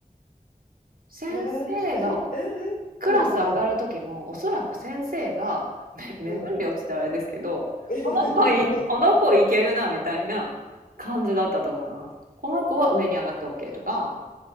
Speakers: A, on the right; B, on the left.
A: 先生が
B: へえ、え、え、え、
A: クラス上がる時もおそらく先生がめ
B: うんうん。
A: <laughs>
B: うん。
A: 目分量って言ったらあれですけどこの子いこの子いけるなみたいな感じだったと思います。
B: え、<laughs> 無料。
A: この子は上に上がって OK とか